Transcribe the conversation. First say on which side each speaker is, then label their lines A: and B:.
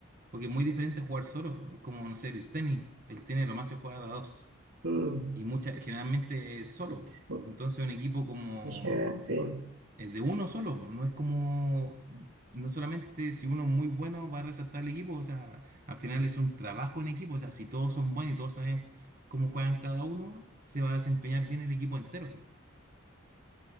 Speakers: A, on the right (about 40°); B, on the right (about 80°).
A: porque es muy diferente a jugar solo. Como, no sé, el tenis. El tenis lo más se juega de a dos.
B: Mm,
A: Y muchas, generalmente solo.
B: sí.
A: Entonces un equipo como
B: En general, sí.
A: es de uno solo. po, No es como, no solamente si uno es muy bueno va a resaltar el equipo. O sea, al final es un trabajo en equipo. O sea, si todos son buenos y todos saben cómo juegan cada uno, se va a desempeñar bien el equipo entero.